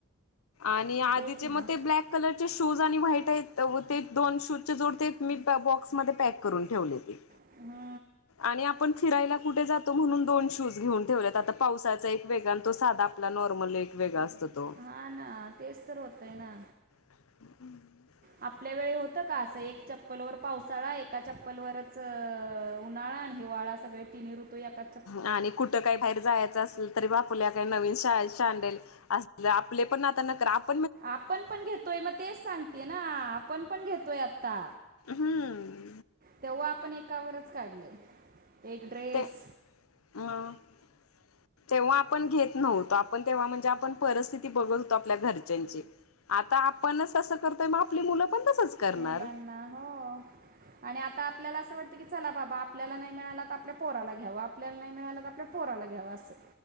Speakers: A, on the left (about 70°); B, on the right (about 40°).
A: आणि आधीचे
B: तेच ना
A: म ते ब्लॅक कलर चे शूज आणि व्हाईट आहेत होते दोन शूजचे जोड, ते मी बॉक्समध्ये पॅक करून ठेवले ते.
B: <unintelligible>
A: आणि आपण फिरायला कुठे जातो म्हणून दोन शूज घीऊन ठेवलेत. आता पावसाचा एक वेगळा अन् तो साधा आपला नॉर्मल एक वेगळा असतो तो.
B: हा ना, तेच तर होतंय ना.
A: <unintelligible>
B: आपल्या वेळी होतं का असं, एक चप्पलवर पावसाळा एका चप्पलवरच अ ऊ उन्हाळा अन हिवाळा सगळे तिनी ऋतू एकात्
A: आणि कुठं काही बाहेर जायाचं असलं तरी बा आपल्या का नवीन शाळे सँडल, असल आपले पण आता नखरे आप्
B: आपण पण घेतोय, म तेच सांगतेय ना, आपण पण घेतोय आता.
A: हं.
B: तेव्हा आपण एकावरच काढलंय, एक ड्रेस
A: ते <inaudible> तेव्हा आपण घेत नव्हतो. आपण तेव्हा म्हणजे, आपण परस्थिती बघत होतो आपल्या घर च्यांची. आता आपणच तसं करतोय म आपली मुलं पण तसच करणार
B: मुलांना हो. आणि आता आपल्याला असं वाटतं की, चला बाबा आपल्याला नाई मिळाला त आपल्या पोराला घ्यावा. आपल्याला नाही मिळालं का, आपल्या पोरांना घ्यावा असं.